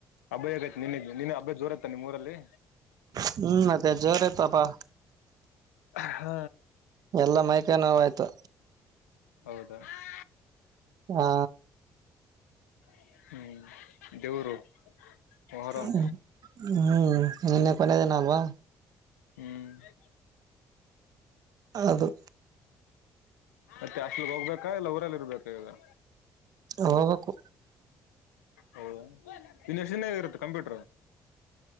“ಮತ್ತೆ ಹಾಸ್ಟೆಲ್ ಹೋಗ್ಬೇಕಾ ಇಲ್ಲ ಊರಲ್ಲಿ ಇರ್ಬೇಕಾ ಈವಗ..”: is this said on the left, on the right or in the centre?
Left